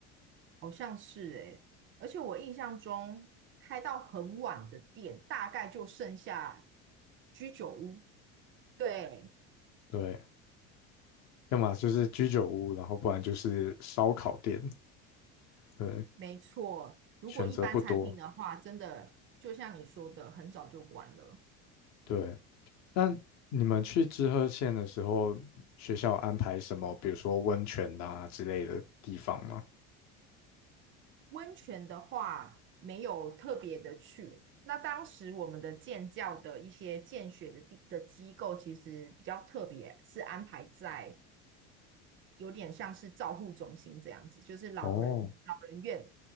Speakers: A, on the right; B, on the left.
A: 好像是诶、而且我印象中开到很晚的店，大概就剩下居酒屋。对，
B: 对，要么就是居酒屋，然后不然就是烧烤店。对，
A: 没错。如果一般餐厅的话，
B: 选择不多。
A: 真的就像你说的，很早就关了。
B: 对，那你们去知鹤县的时候，学校有安排什么，比如说温泉啊之类的地方吗？
A: 温泉的话，没有特别的去。那当时我们的建教的一些建学的地的机构，其实比较特别，是安排在有点像是照护中心这样子，就是老人老人院。
B: 哦，